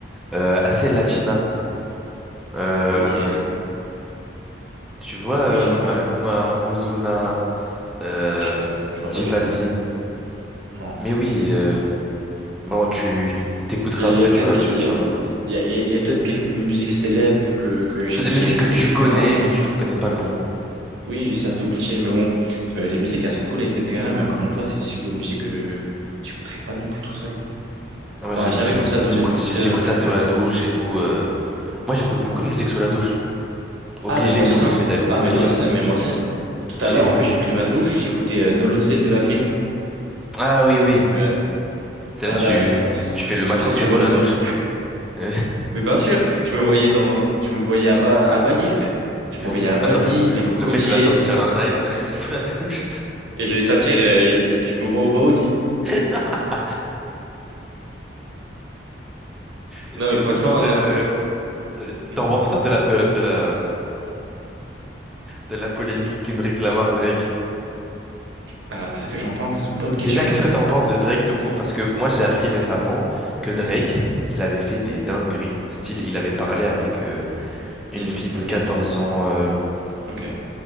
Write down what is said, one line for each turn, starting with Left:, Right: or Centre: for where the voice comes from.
Centre: euh,
Right: Hmm
Centre: assez latina. Euh,
Right: Ok.
Centre: Tu vois, euh,
Right: Oui, enfin,
Centre: Maluma, Ozuna, euh,
Right: non, je connais pas. Je vois
Centre: J
Right: pas du
Centre: Balvin.
Right: tout. Non.
Centre: Mais oui, euh, bon, tu t'écouteras
Right: Il y a,
Centre: après,
Right: il y a peut-être
Centre: tu vas,
Right: qu'il
Centre: tu
Right: y
Centre: tu
Right: a,
Centre: vas voir.
Right: il y a- il y a- il y a peut-être quelques musiques célèbres que, que j'ai
Centre: C'est
Right: déjà
Centre: des musiques
Right: écoutées,
Centre: que tu
Right: etc.
Centre: connais, mais tu te reconnais pas le nom.
Right: Oui, ça c'est obligé, mais bon, euh, les musiques elles sont cool, etc. Mais encore une fois, c'est le style de musique que j'écouterai pas non plus tout seul.
Centre: Ah, Moi,
Right: Enfin,
Centre: j'ai-
Right: jamais
Centre: j'ai-
Right: comme ça
Centre: j'ai-
Right: dans
Centre: j'écoute,
Right: mes écouteurs,
Centre: j'ai- j'écoute
Right: etc.
Centre: ça sous la douche et tout. euh. Moi, j'écoute beaucoup de musique sous la douche. Obligé,
Right: Ah, mais moi aussi,
Centre: obligé
Right: hein.
Centre: d'ailleurs.
Right: Ah,
Centre: Obligé,
Right: mais toi aussi,
Centre: obligé,
Right: mais
Centre: obligé.
Right: moi aussi. Tout
Centre: obligé.
Right: à l'heure, en plus, j'ai pris ma douche, j'écoutais euh, No Losé de Lacrim.
Centre: Ah oui,
Right: Donc,
Centre: oui.
Right: euh,
Centre: C'est
Right: ah
Centre: là, tu,
Right: là, je, je pense que,
Centre: tu fais le matrixé
Right: je pense que tu vois
Centre: sous
Right: le
Centre: la
Right: son.
Centre: douche. <laughs>
Right: Mais bien sûr, je me voyais dans, je me voyais à, Ba- à Bali, frère. Je
Centre: Tu
Right: me voyais à Bali,
Centre: vas sortir-
Right: les cocotiers,
Centre: Le mec, il va sortir un nine <laughs> sous la douche.
Right: et je les sortir, euh, je, je me vois au Baoli.
Centre: <laughs> Est-ce
Right: Non, mais
Centre: que
Right: franchement,
Centre: t'écoutes,
Right: non.
Centre: euh, t-
Right: Hmm
Centre: t'en penses quoi de la, de la, de la, de la polémique Kendrick Lamar Drake?
Right: Alors, qu'est-ce que j'en pense? Bonne question.
Centre: Déjà, qu'est-ce que t'en penses de Drake tout court? Parce que moi, j'ai appris récemment que Drake,
Right: Hmm
Centre: il avait fait des dingueries. Style, il avait parlé avec euh, une
Right: Des mines.
Centre: fille de
Right: Ok,
Centre: 14 ans. euh,
Right: ok.